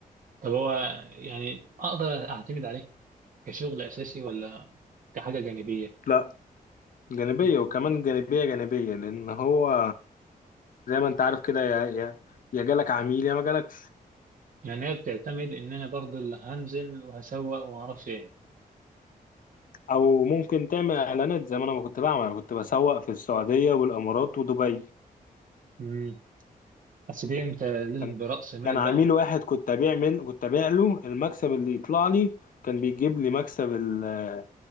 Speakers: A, on the right; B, on the left.
A: طب هو يعني اقدر اعتمد عليه كشغل اساسي ولا كحاجه جانبيه
B: لا جانبيه
A: مم.
B: وكمان جانبيه جانبيه لان هو زي ما انت عارف كده يا يا يا جالك عميل يا ما جالك
A: يعني هي بتعتمد ان انا برضه اللي هنزل وهسوق وما اعرفش ايه
B: او ممكن تعمل اعلانات زي ما انا كنت بعمل أنا كنت بسوق في السعوديه والامارات ودبي
A: امم بس دي انت لازم
B: كان
A: برأس مال
B: كان عميل
A: بقى
B: واحد كنت ابيع من كنت ابيع له المكسب اللي يطلع لي كان بيجيب لي مكسب ال-